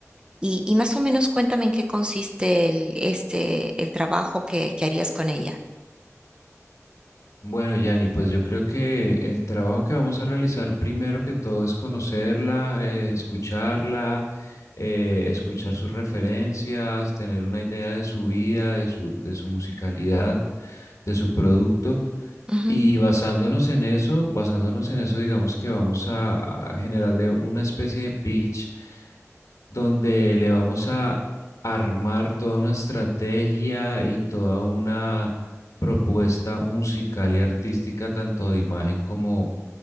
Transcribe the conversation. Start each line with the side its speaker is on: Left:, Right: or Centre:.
Right: Y, y más o menos cuéntame en qué consiste el, este, el trabajo que, que harías con ella.
Left: Bueno, Yanni, pues yo creo que el trabajo que vamos a realizar primero que todo es conocerla, eh, escucharla, eh, escuchar sus referencias, tener una idea de su vida, de su, de su musicalidad, de su producto.
Right: Ujú.
Left: Y basándonos en eso, basándonos en eso, digamos que vamos a, a generarle una especie de pitch donde le vamos a armar toda una estrategia y toda una propuesta musical y artística, tanto de imagen como,